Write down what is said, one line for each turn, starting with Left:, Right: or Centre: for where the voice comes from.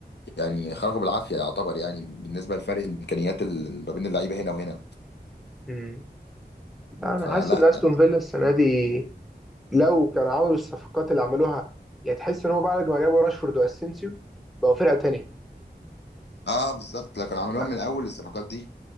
Left: يعني خرجوا بالعافيه يعتبر يعني بالنسبه لفرق الامكانيات ال- ما بين اللعيبه هنا وهنا
Centre: امم لا انا
Left: فلا
Centre: حاسس ان استون
Left: يعني
Centre: فيلا السنه دي لو كانوا عملوا الصفقات اللي عملوها يعني تحس ان هو بعد ما جابوا راشفورد واسينسيو بقوا فرقه تانية
Left: اه بالظبط لكن عملوها
Centre: بقى
Left: من الاول الصفقات دي